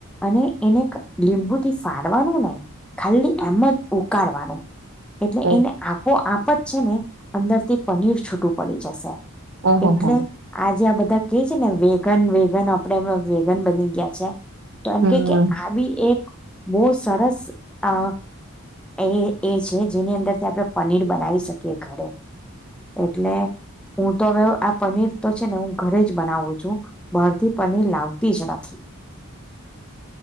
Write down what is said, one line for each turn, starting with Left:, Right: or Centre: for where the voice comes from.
Centre: અને એને લીંબુથી ફાડવાનું નહી ખાલી એમ જ ઉકાળવાનું. એટલે
Right: ઓહ
Centre: એને આપોઆ. ત છેને અંદર થી પનીર છૂટું પડી જશે.
Right: ઓહો
Centre: એટલે
Right: હો
Centre: આજે આ બધા કેય છે ને વેગન-વેગન આપડે એ વેગન બની ગયા છે. તો એમ
Right: હમ
Centre: કે-કે આ બી બો સરસ અ એ એ છે જેની અંદરથી આપણે પનીર બનાવી શકીએ ઘરે એટલે હું તો હવે આ પનીર તો છે ને હું ઘરે જ બનાવું છું બહારથી પનીર લાવતી જ નથી.